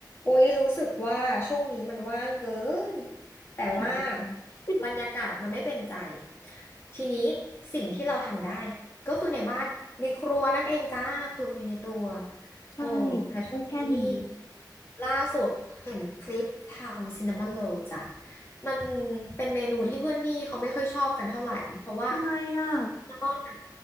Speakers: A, on the left (about 35°); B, on the left (about 50°).
A: อุ๊ยรู้สึกว่าช่วงนี้มันว่างเกินแต่ว่า
B: หาอะไรทำ <laughs>
A: บรรยากาศมันไม่เป็นใจทีนี้สิ่งที่เราทำได้ก็คือในบ้านในครัวนั่นเองจ้าครัวอยู่ในตัว
B: ใช่
A: โอ้แต่ช่วงนี้นี่
B: ได้แค่นี้
A: ล่าสุดเห็นคลิปทำซินนามอนโรลจ้ะมันเป็นเมนูที่เพื่อนพี่เขาไม่ค่อยชอบกันเท่าไหร่เพราะว่า
B: ทำไมอ่ะ
A: ซินนามอนอะ